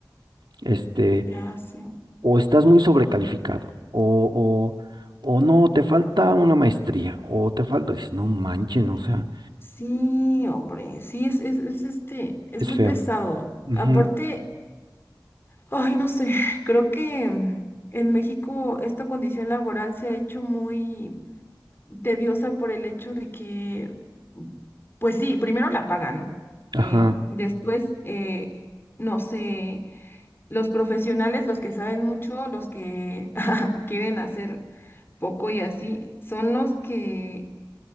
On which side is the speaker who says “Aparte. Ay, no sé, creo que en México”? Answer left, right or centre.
Left